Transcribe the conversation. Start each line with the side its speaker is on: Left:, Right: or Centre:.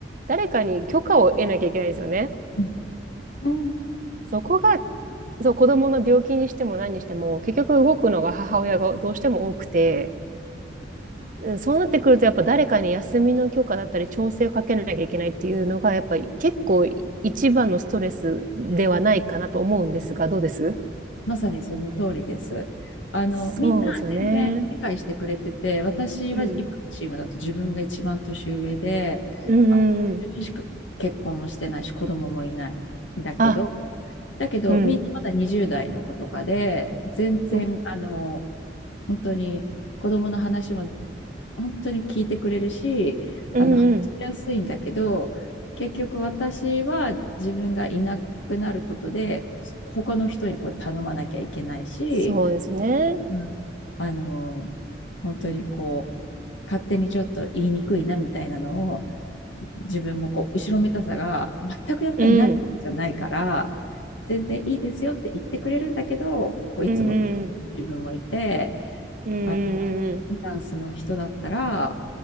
Right: 誰かに許可を得なきゃいけないんですよね。
Left: うん。うん
Right: そこがそう、子供の病気にしても何にしても、結局動くのが母親がどうしても多くて、うんそうなってくると、やっぱ誰かに休みの許可だったり、調整をかけなきゃいけないっていうのが、やっぱり結構一番のストレスではないかなと思うんですが、
Left: うん
Right: どうです
Left: まさにその通りです。あの、
Right: そうですよね。
Left: みんな全然理解してくれてて、私は今のチームだと自分が一番年上で、
Right: うん。うんうんうん。
Left: あの自分しか結婚もしてないし、子供もいないんだけど、
Right: あ、
Left: だけど、
Right: うん。
Left: みんなまだ20代の子とかで、全然、
Right: うん
Left: あの、本当に子供の話も本当に聞いてくれるし、
Right: うんうん。
Left: あの、話しやすいんだけど、結局私は自分がいなくなることで、他の人にこう頼まなきゃいけないし、
Right: そうですね。
Left: うんあの、本当にこう、勝手にちょっと言いにくいなみたいなのを、自分もこう、後ろめたさが全くやっぱりないわけじゃないから、
Right: うん。
Left: 全然いいですよって言ってくれるんだけど、こういつも自分もいて、
Right: うんうんうん。うんうんうん
Left: あの、フリーランスの人だったら、